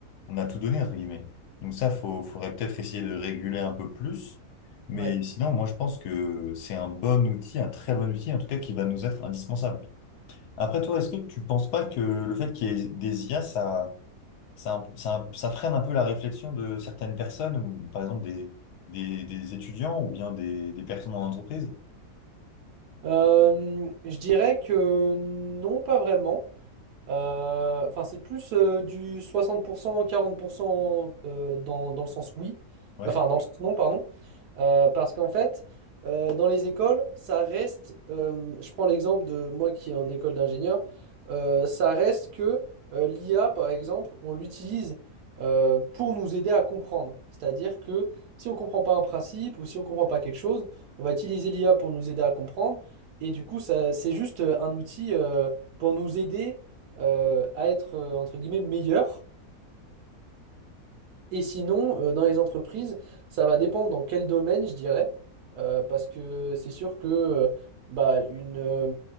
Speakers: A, on the left; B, on the right.
A: on a tout donné, entre guillemets. Donc ça, faut, faudrait peut-être essayer de réguler un peu plus. Mais
B: Ouais.
A: sinon, moi, je pense que c'est un bon outil, un très bon outil, en tout cas, qui va nous être indispensable. Après toi, est-ce que tu penses pas que le fait qu'il y ait des IA, ça, ça, ça, ça freine un peu la réflexion de certaines personnes, ou par exemple des, des, des étudiants ou bien des, des personnes en entreprise?
B: Euh, je dirais que non, pas vraiment. Euh, Enfin, c'est plus euh, du 60%, 40% euh, dans, dans le sens oui.
A: Ouais.
B: Enfin, dans le sens non, pardon. Euh, parce qu'en fait, euh, dans les écoles, ça reste, euh, je prends l'exemple de moi qui est en école d'ingénieur, euh, ça reste que euh, l'IA, par exemple, on l'utilise euh, pour nous aider à comprendre. C'est-à-dire que si on ne comprend pas un principe ou si on ne comprend pas quelque chose, on va utiliser l'IA pour nous aider à comprendre. Et du coup, ça, c'est juste euh, un outil euh, pour nous aider euh, à être, euh, entre guillemets, meilleur et sinon, euh, dans les entreprises, ça va dépendre dans quel domaine, je dirais, Euh, parce que c'est sûr que euh, bah, une, euh,